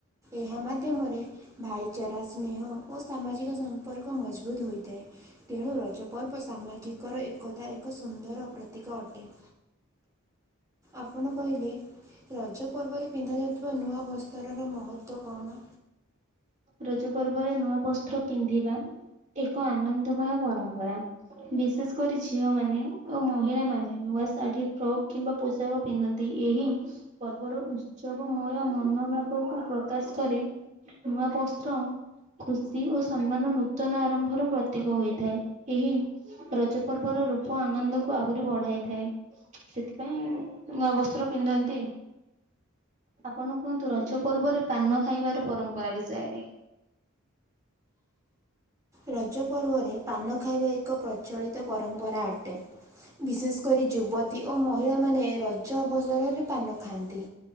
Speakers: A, on the right; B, on the right.
A: ଏହା ମାଧ୍ୟମରେ ଭାଇଚାରା ସ୍ନେହ ଓ ସାମାଜିକ ସମ୍ପର୍କ ମଜବୁତ ହୋଇଥାଏ। ତେଣୁ ରଜପର୍ବ ସାମାଜିକର ଏକତା ଏକ ସୁନ୍ଦର ପ୍ରତୀକ ଅଟେ। ଆପଣ କହିଲେ ରଜ ପର୍ବରେ ପିନ୍ଧାଯାଉଥିବା ନୂଆ ବସ୍ତ୍ରର ମହତ୍ତ୍ଵ କଣ?
B: ରଜ ପର୍ବରେ ନୂଆ ବସ୍ତ୍ର ପିନ୍ଧିବା ଏକ ଆନନ୍ଦମୟ ପରମ୍ପରା। ବିଶେଷ କରି ଝିଅ ମାନେ ଓ ମହିଳା ମାନେ ନୂଆ ଶାଢୀ, ଫ୍ରଗ଼ କିମ୍ବା ପୋଷାକ ପିନ୍ଧନ୍ତି। ଏହି ପର୍ବର ଉତ୍ସବ ମୟ ମନୋ ଭାବକୁ ପ୍ରକାଶ କରି ନୂଆ, ପୋଷା ତ ଖୁସି ଓ ସମ୍ମାନ ନୂତନ ଆରମ୍ଭର ପ୍ରତୀକ ହୋଇଥାଏ। ଏହି ରଜ ପର୍ବର ରୂପ ଆନନ୍ଦକୁ ଆହୁରି ବଢାଇଥାଏ। ସେଥିପାଇଁ ନୂଆ ବସ୍ତ୍ର ପିନ୍ଧନ୍ତି। ଆପଣ କୁହନ୍ତୁ ରଜ ପର୍ବରେ ପାନ ଖାଇବାର ପରମ୍ପରା ବିଷୟରେ।
A: ରଜ ପର୍ବରେ ପାନ ଖାଇବା ଏକ ପ୍ରଚଳିତ ପରମ୍ପରା ଅଟେ। ବିଶେଷ କରି ଯୁବତୀ ଓ ମହିଳା ମାନେ ରଜ ଅବସରରେ ପାନ ଖାଆନ୍ତି।